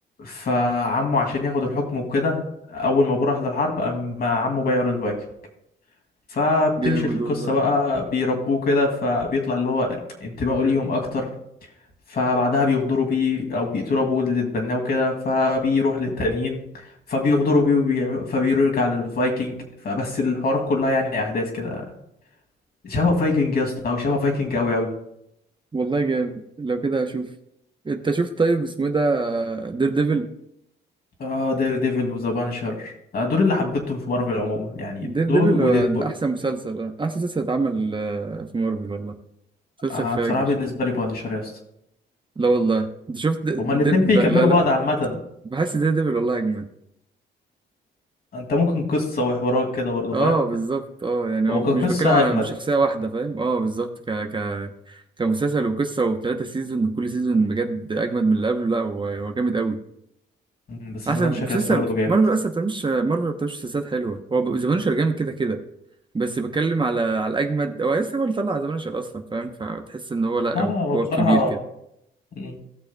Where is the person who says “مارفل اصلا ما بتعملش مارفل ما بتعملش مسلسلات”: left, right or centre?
Right